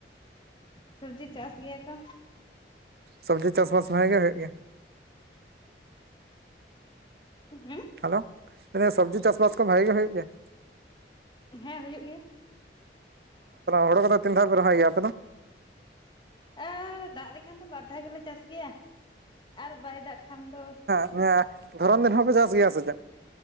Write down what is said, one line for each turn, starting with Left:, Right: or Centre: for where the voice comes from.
Left: ᱥᱚᱵᱽᱡᱤ ᱪᱟᱥ ᱜᱮᱭᱟ ᱠᱚ
Right: ᱥᱚᱵᱽᱡᱤ ᱪᱟᱥᱵᱟᱥ ᱵᱷᱟᱜᱤ ᱜᱮ ᱦᱩᱭᱩᱜ ᱜᱮᱭᱟ
Left: ᱦᱮᱸ
Right: ᱦᱮᱞᱳ ᱥᱚᱵᱽᱡᱤ ᱪᱟᱥᱵᱟᱥ ᱠᱚ ᱵᱷᱟᱜᱤ ᱜᱮ ᱦᱩᱭᱩᱜ ᱜᱮᱭᱟ?
Left: ᱦᱮᱸ ᱦᱩᱭᱩᱜ ᱜᱮᱭᱟ᱾
Right: ᱦᱩᱲᱩ ᱠᱚ ᱫᱚ ᱛᱤᱱ ᱫᱷᱟᱣ ᱯᱮ ᱨᱚᱦᱚᱭ ᱯᱮ ᱟᱯᱮ ᱫᱚ
Left: ᱮᱻ ᱫᱟᱜ ᱞᱮᱠᱷᱟᱱ ᱫᱚ ᱵᱟᱨ ᱫᱷᱟᱣ ᱜᱮᱞᱮ ᱪᱟᱥ ᱜᱮᱭᱟ ᱟᱨ ᱵᱟᱭ ᱫᱟᱜ ᱠᱷᱟᱱ ᱫᱚ
Right: ᱱᱚᱣᱟ ᱫᱷᱚᱨᱚᱱ ᱫᱤᱱ ᱦᱚᱸᱯᱮ ᱪᱟᱥ ᱜᱮᱭᱟ ᱥᱮ ᱪᱮᱫ?